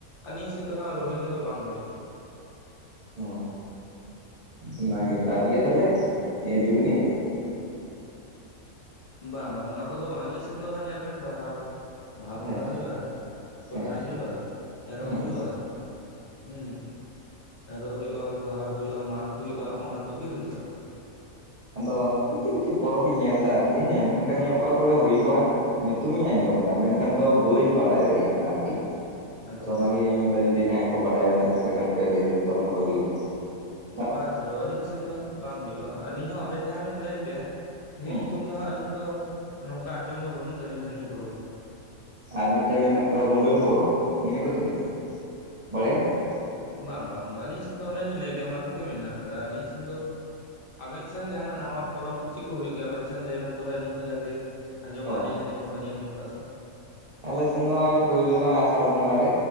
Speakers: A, on the left; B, on the right.
A: ᱟᱹᱞᱤᱧ ᱥᱮᱫ ᱫᱚ ᱦᱟᱸᱜ ᱨᱳᱦᱤᱱ ᱫᱚ ᱵᱟᱝ ᱦᱩᱭᱩᱜᱼᱟ᱾
B: ᱚ ᱚᱱᱟ ᱜᱮ ᱤᱭᱟᱹ ᱛᱟᱦᱚᱞᱮ ᱡᱩᱜᱩᱜᱽᱱᱤ?
A: ᱵᱟᱝ ᱵᱟᱝ ᱚᱱᱟ ᱠᱚᱫᱚ ᱵᱟᱝ ᱟᱹᱞᱤᱧ ᱥᱮᱱ ᱫᱚ ᱦᱟᱜ ᱧᱮᱞ ᱵᱮᱱ ᱵᱟᱦᱟ ᱵᱟᱦᱟ ᱵᱚᱸᱜᱟ
B: ᱦᱮᱸ ᱦᱮᱸ
A: ᱦᱩᱭᱩᱜᱼᱟ, ᱥᱚᱨᱦᱟᱭ
B: ᱦᱮᱸ
A: ᱦᱩᱭᱩᱜᱼᱟ, ᱮᱨᱚᱜ
B: ᱦᱮᱸ
A: ᱦᱩᱭᱩᱜᱼᱟ, ᱦᱮᱸ ᱮᱨᱚᱜ ᱦᱩᱭᱩᱜᱼᱟ, ᱵᱟᱦᱟ ᱦᱩᱭᱩᱜᱼᱟ, ᱢᱟᱜᱽ ᱦᱩᱭᱩᱜᱼᱟ, ᱚᱱᱟ ᱠᱚᱜᱮ ᱦᱩᱭᱩᱜᱼᱟ ᱟᱨᱠᱤ᱾
B: ᱟᱫᱚ ᱠᱟᱹᱴᱤᱡ ᱠᱟᱹᱴᱤᱡ ᱯᱚᱨᱚᱵᱽ ᱤᱧ ᱧᱮᱞ ᱮᱫᱟ ᱟᱨᱠᱤ ᱦᱮᱸ ᱢᱮᱱᱠᱷᱟᱱ ᱱᱤᱭᱟᱹ ᱚᱠᱟ ᱠᱚᱨᱮ ᱦᱩᱭᱩᱜᱼᱟ᱾ ᱧᱩᱛᱩᱢ ᱤᱧ ᱟᱸᱡᱚᱢ ᱫᱟ ᱢᱮᱱᱠᱷᱟᱱ ᱫᱚ ᱵᱟᱹᱧ ᱵᱟᱲᱟᱭ ᱫᱟᱲᱮᱭᱟᱜ ᱠᱟᱱᱟ ᱟᱨᱠᱤ᱾
A: ᱟᱪᱪᱷᱟ
B: ᱟᱫᱚ
A: ᱟᱪᱪᱷᱟ
B: ᱚᱱᱟᱜᱮ ᱤᱧ ᱢᱮᱱᱫᱟ ᱡᱩᱫᱤ ᱡᱟᱦᱟᱸᱭ ᱠᱚ ᱵᱟᱰᱟᱭ ᱢᱮᱱᱟᱜ ᱛᱟᱯᱮ ᱠᱷᱟᱱ ᱯᱮ ᱞᱟᱹᱭ ᱛᱟᱵᱚᱱ ᱯᱮ ᱵᱷᱟᱹᱜᱤ ᱦᱩᱭ ᱠᱚᱣᱟ᱾
A: ᱵᱟ ᱪᱚ ᱟᱹᱞᱤᱧ ᱥᱮᱱ ᱫᱚ, ᱵᱟᱝ ᱦᱩᱭᱩᱜᱼᱟ ᱟᱹᱞᱤᱧ ᱦᱚᱸ ᱟᱵᱮᱱ ᱡᱟᱦᱟᱸ ᱵᱮᱱ ᱞᱟᱹᱭ ᱠᱮᱭᱟ ᱱᱤᱭᱟᱹ
B: ᱦᱮᱸ
A: ᱧᱩᱛᱩᱢ ᱫᱚ ᱦᱟᱸᱜ ᱟᱹᱞᱤᱧ ᱫᱚ, ᱱᱚᱝᱠᱟ ᱟᱸᱡᱚᱢ ᱫᱚ ᱵᱟᱹᱱᱩᱜ ᱛᱟᱹᱞᱤᱧ ᱦᱟᱜ ᱱᱤᱭᱟᱹ ᱯᱚᱨᱚᱵᱽ ᱨᱮᱱᱟᱜ ᱫᱚ᱾
B: ᱟᱨ ᱢᱤᱫᱴᱮᱱ ᱢᱮᱱᱟᱜ ᱟᱠᱟᱫᱟ ᱨᱩᱱᱰᱟᱹ ᱯᱚᱨᱚᱵᱽ, ᱱᱤᱭᱟᱹ ᱫᱚ ᱪᱮᱫ ᱞᱮᱠᱟ ᱵᱟᱲᱟᱭ ᱢᱮᱱᱟᱜᱼᱟ?
A: ᱵᱟᱝ ᱵᱟᱝ ᱟᱹᱞᱤᱧ ᱴᱷᱮᱱ ᱫᱚ ᱚᱱᱮᱞᱤᱧ ᱞᱟᱹᱭ ᱠᱮᱜ ᱚᱱᱟ ᱠᱚᱜᱮ ᱢᱮᱱᱟᱜ ᱟᱠᱟᱫᱟ, ᱟᱹᱞᱤᱧ ᱥᱮᱱ ᱫᱚ ᱟᱵᱮᱱ ᱥᱮᱱ ᱡᱟᱦᱟᱱᱟᱜ ᱱᱟᱣᱟ ᱯᱚᱨᱚᱵᱽ ᱠᱚ ᱪᱮᱫ ᱠᱚ ᱦᱩᱭᱩᱜ ᱜᱮᱭᱟ ᱟᱵᱮᱱ ᱥᱮᱱ ᱞᱟᱹᱭ ᱵᱮᱱ ᱛᱚᱵᱮ ᱟᱹᱞᱤᱧ ᱦᱚᱸ ᱡᱟᱜᱮ ᱟᱸᱡᱚᱢ
B: ᱚ
A: ᱟᱹᱞᱤᱧ ᱟᱹᱞᱤᱧ ᱦᱚᱸ ᱵᱟᱞᱤᱧ ᱟᱸᱡᱚᱢ ᱟᱠᱟᱫᱼᱟ ᱥᱮ᱾
B: ᱟᱞᱮ ᱥᱮᱱ ᱫᱚ ᱯᱩᱭᱞᱳ ᱨᱮ ᱟᱥᱟᱲ ᱵᱚᱸᱜᱟ ᱨᱮ